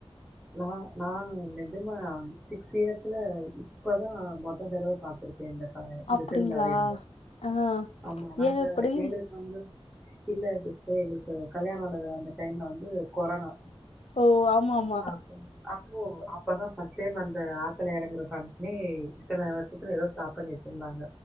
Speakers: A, in the centre; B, on the left (about 80°).
A: நா நா நெஜமா சிக்ஸ் இயர்ஸ்ல இப்பதா மொத தடவ பாத்ருக் இந்த டை இந்த
B: அப்டிங்களா
A: திருவிழா வேல்ல இரு
B: ஆ
A: ஆமா நாங்க
B: ஏ அப்டி
A: எங்ளுக் வந்து இல்ல சிஸ்டர் எங்ளுக்கு கல்யாணோ ஆன அந்த டைம்ல வந்து கொரோனா
B: ஓ ஆமாம்
A: அப்ப அப்போ அப்பதா ஃபஸ்ட் டைம் அந்த ஆத்துல எறங்குற பங்சனே இத்தன வருஷத்துல ஏதோ ஸ்டாப் பண்ணி வச்சிருந்தாங்க